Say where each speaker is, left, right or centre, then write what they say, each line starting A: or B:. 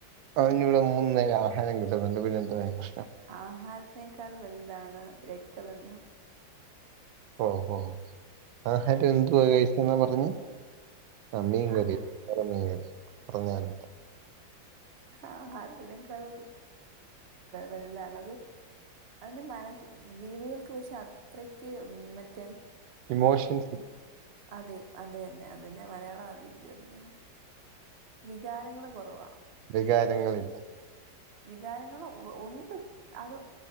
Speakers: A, on the right; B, on the right.
A: അവൻ ഇവിടെ മൂന്ന് നേരം ആഹാരം കിട്ടുന്നുണ്ട് പിന്നെ എന്താ പ്രശ്
B: ആഹാരത്തിനേക്കാൾ വലുതാണ് രക്തബന്ധം
A: ഓ ഓ ആഹാരം എന്തുവാ കഴിച്ചെന്നാ പറഞ്ഞെ ആഹ് മീൻ
B: ആഹാ
A: കറി ചോറും, മീൻ കറീം പർഞ്ഞെ ആണല്ലോ
B: ആഹ് അതിനേക്കാൾ വെൽതാണോ അത് അതിന് മനസ് ജീവികൾക്ക് പക്ഷെ അത്രയ്ക്ക് മറ്റേ
A: ഇമോഷൻസ്
B: അതെ അതെന്നെ അതിന്റെ മലയാളം ആലോയ്ക്കുന്ന് വികാരങ്ങള് കോറവാ
A: വികാരങ്ങളില്ല
B: വികാരങ്ങള് ഉണ്ട് അത്